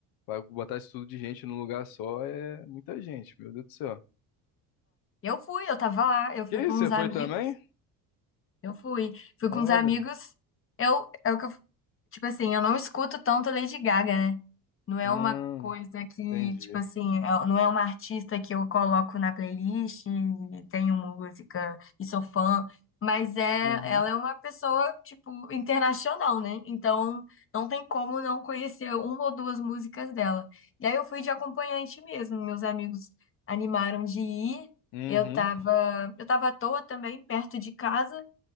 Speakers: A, on the left; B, on the left.
A: Vai botar isso tudo de gente num lugar só é muita gente, meu Deus do céu.
B: Eu fui, eu tava lá, eu fui
A: Que isso,
B: com uns
A: você foi
B: amigos,
A: também?
B: eu fui. Fui
A: Olha,
B: com uns amigos. Eu, é o que eu Tipo assim, eu não escuto tanto Lady Gaga, né? Não é
A: hum,
B: uma coisa que,
A: entendi.
B: tipo assim, é- não é uma artista que eu coloco na playlist, e tenho música e sou fã, mas é,
A: Uhum.
B: ela é uma pessoa, tipo, internacional, né? Então, não tem como não conhecer uma ou duas músicas dela. E aí eu fui de acompanhante mesmo, meus amigos animaram de ir.
A: Uhum.
B: Eu tava, eu tava à toa também, perto de casa.